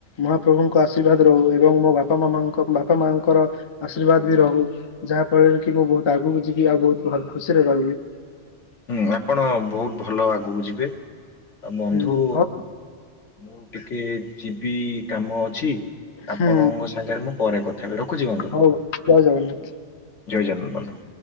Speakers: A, on the left; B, on the left.
A: ମହାପ୍ରଭୁଙ୍କ ଆଶୀର୍ବାଦ ରହୁ ଏବଂ ମୋ ବାପା ମାମାଙ୍କ-ବାପା ମାଙ୍କର ଆଶୀର୍ବାଦ ବି ରହୁ। ଉ ଯାହାଫଳରେ କି ମୁଁ ବୋହୁତ ଆଗକୁ ଯିବି ଆଉ ବୋହୁତ ଭ-ଖୁସିରେ ରହିବି।
B: ହୁଁ ଆପଣ ବୋହୁତ ଭଲ ଆଗକୁ ଯିବେ ଆଉ ବନ୍ଧୁ
A: ହୁଁ ହଉ
B: ମୁଁ ଟିକେ ଯିିବି କାମ ଅଛି ଆପଣଙ୍କ
A: ହୁଁ
B: ସାଙ୍ଗରେ ମୁଁ ପରେ କଥା ହେବି, ରଖୁଚି ବନ୍ଧୁ।
A: ହଉ ଜୟ ଜଗନ୍ନାଥ
B: ଜୟ ଜନନ୍ ବନ୍ଧୁ।